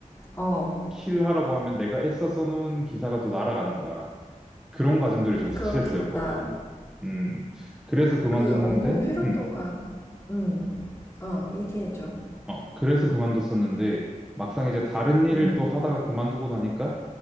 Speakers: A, on the left (about 20°); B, in the centre.
A: 어.
B: 키를 하라고 하면 내가 애써 써놓은 기사가 또 날아가는 거야. 그런 과정들이 좀 스트레스였거든.
A: 그렇겠다.
B: 음, 그래서 그만뒀는데,
A: 그 업무 피로도가,
B: 음,
A: 음, 어, 얘기해줘.
B: 어, 그래서 그만뒀었는데, 막상 이제 다른 일을
A: 음,
B: 또 하다가 그만두고 나니까,